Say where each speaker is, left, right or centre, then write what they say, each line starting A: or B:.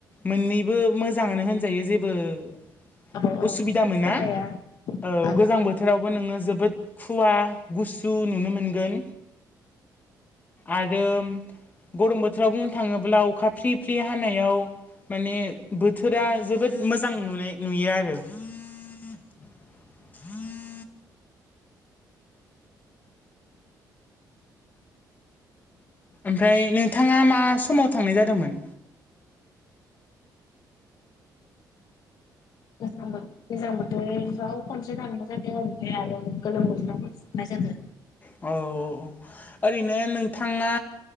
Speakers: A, on the left (about 25°); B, on the left (about 65°).
A: मोननैबो मोजाङानो होनजायो जेब बो
B: औ औ
A: असुबिदा मोना।
B: सोलाया
A: औ
B: औ
A: गोजां बोथोरावबो नोङो जोबोद खुवा गुसु नुनो मोनगोन आरो गरम बोथोराव बुंनो थाङो ब्ला कखा‌ फ्रि फ्रि हानायाव माने बोथोरा जोबोद मोजां नुनाय नुयो आरो। <inaudible> ओमफ्राय नोंथाङा मा समाव थांनाय जादोंमोन?
B: गोजां बोथोराव खनसे थांनाय जादों आरो गोलोम बोथोराव खनसे थांनाय जादों।
A: औ औ औ ओरैनो नोंथाङा